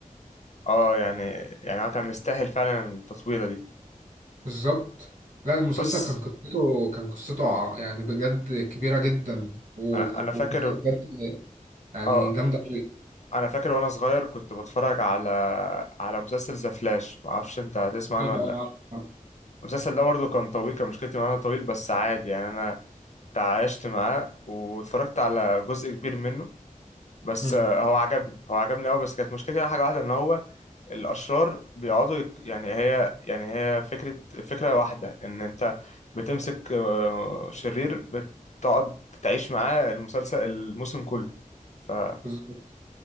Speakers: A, on the left (about 55°); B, on the right (about 70°).
A: اه يعني يعني هو كان مستاهل فعلا التطويله دي
B: بالظبط لا المسلسل
A: بص
B: كان قصته كان قصته ع- يعني بجد كبيرة جدا و-
A: انا انا فاكر
B: وقصة بجد يعني
A: اه
B: جامدة قوي
A: انا فاكر وانا صغير كنت بتفرج على على مسلسل ذا فلاش ما اعرفش انت هتسمع عنه
B: اه اه
A: ولا لا
B: آه. آه.
A: المسلسل ده برضه كان طويل كان مشكلتي معاه إن هو طويل بس عادي يعني انا تعايشت معاه واتفرجت على جزء كبير منه بس
B: مم.
A: آه، هو عجبني هو عجبني قوي بس كانت مشكلتي على حاجه واحده ان هو الاشرار بيقعدوا يك... يعني هي يعني هي فكره فكره واحده ان انت بتمسك آه، شرير بتقعد تعيش معاه المسلسل الموسم كله فما
B: بالظبط